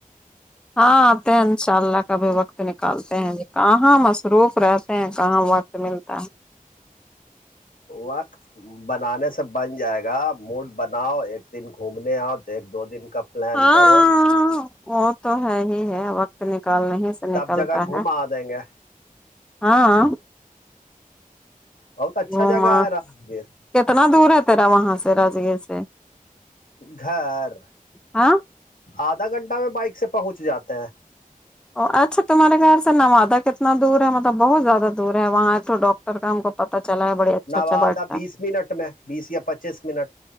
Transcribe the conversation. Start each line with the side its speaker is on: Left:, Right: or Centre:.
Centre: ہاں آتے ہیں ان شاء اللہ کبھی وقت نکالتے ہیں ج کہاں مشروف رہتے ہیں کہاں وقت ملتا ہے
Left: وقت بنانے سے بن جائے گا موڈ بناؤ ایک دن گھومنے آؤ ایک دو دن کا پلان
Centre: ہاں
Left: کرو
Centre: وہ تو ہے ہی ہے وقت نکال نہیں سے نکلتا
Left: سب جگہ گھما
Centre: ہے
Left: دیں گے
Centre: ہاں
Left: بہت اچھا
Centre: گھوما
Left: جگہ ہے راجگیر
Centre: کتنا دور ہے تیرا وہاں سے راجگیر سے
Left: گھر
Centre: ہاں
Left: آدھا گھنٹہ میں بائک سے پہنچ جاتا ہے
Centre: ا اچھا تمہارے گر سے نوادہ کتنا دور ہے مطلب بہت زیادہ دور ہے وہاں ھ ڈاکٹر کا ہم کو پتا چلا ہے بڑے اچھا
Left: نوادہ
Centre: اچھا بیھتا
Left: بیس
Centre: ہے
Left: منٹ میں بیس یا پچیس منٹ